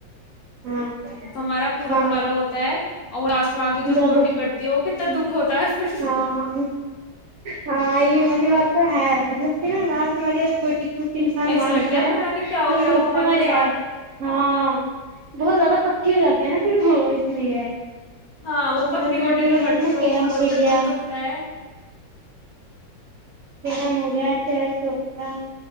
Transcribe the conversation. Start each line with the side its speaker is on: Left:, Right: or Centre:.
Right: ہاں
Left: ہمارا پورا
Right: ہاں
Left: ہونے والا ہوتا ہے اور لاسٹ میں آ کے جو
Right: جب
Left: کوٹی کٹتی ہے وہ کتنا دکھ ہوتا ہے پھر
Right: ہاں ہاں یہ امی بات تو ہے مطلب <unintelligible> انسان
Left: ایسے
Right: مارتا
Left: لگتا
Right: ہے
Left: پتا
Right: نا
Left: نہیں کیا
Right: تو
Left: ہو گیا
Right: سوچتے
Left: وہ ہمارے
Right: مارے
Left: ساتھ
Right: ار ہاں بہت زیادہ پکی ہو جاتی ہے نا پھرف وہ اس لیے
Left: ہاں وہ
Right: اب
Left: پکی
Right: گھر میں
Left: گوٹیے
Right: تو یہ
Left: جو
Right: ہے
Left: کرتی
Right: اپنا
Left: وہ
Right: کیرم
Left: وہ
Right: کھیل
Left: اتنا
Right: لیا
Left: دل دکھتا ہے
Right: کیرم ہو گیا چیرس ہوگیا